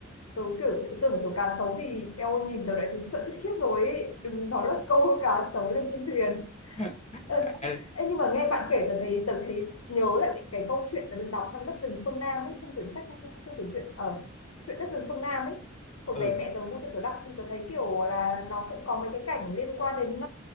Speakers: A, on the left (about 55°); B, on the left (about 25°).
A: Tớ kiểu tưởng kiểu cá sấu thì eo nhìn tớ đã thấy sợ chết khiếp rồi ấy. Đừng nói là câu cá sấu lên trên thuyền
B: <laughs>
A: Ờ,
B: À,
A: Ê, nhưng mà nghe bạn kể tớ thấy tớ thấy nhớ lại những cái câu chuyện tớ được đọc trong đất rừng phương Nam ấy trong quyển sách trong quyển truyện ở chuyện đất rừng phương Nam ấy hồi
B: ừ
A: bé mẹ tớ mua cho tớ đọc thì tớ thấy kiểu là nó cũng có mấy cái cảnh liên quan đến